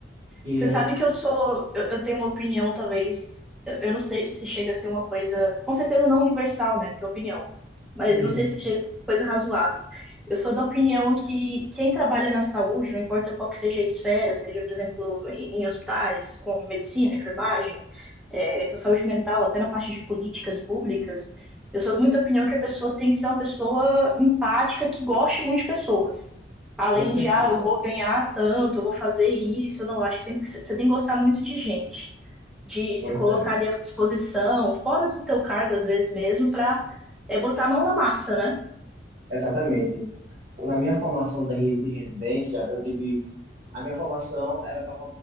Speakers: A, on the right (about 35°); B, in the centre.
A: Que
B: Você
A: aí,
B: sabe que eu sou, eu, eu tenho uma opinião, talvez, eu, eu não sei se chega a ser uma coisa, com certeza não universal, né? Porque é opinião, mas
A: Uhum,
B: não sei se chega a ser uma coisa razoável. Eu sou da opinião que quem trabalha na saúde, não importa qual que seja a esfera, seja, por exemplo, em, em hospitais, com medicina, enfermagem, é, com saúde mental, até na parte de políticas públicas, eu sou muito da opinião que a pessoa tem que ser uma pessoa empática, que goste muito de pessoas. Além
A: com certeza.
B: de, ah, eu vou ganhar tanto, eu vou fazer isso, não, acho que, tem que ser- você tem que gostar muito de gente, de se
A: Pois
B: colocar
A: é.
B: ali à disposição, fora do teu cargo, às vezes mesmo, para é, botar a mão na massa, né?
A: Exatamente. Na minha formação da re- de residência, eu tive. A minha formação era para